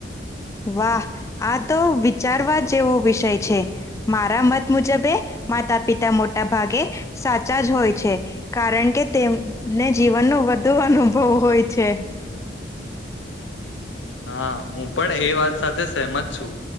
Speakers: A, on the left; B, on the left.
A: વાહ આ તો વિચારવા જેવો વિષય છે મારા મત મુજબે માતા પિતા મોટા ભાગે સાચા જ હોય છે કારણ કે તેમને જીવનનો વધુ અનુભવ હોય છે.
B: હા હું પણ એ વાત સાથે સહમત છું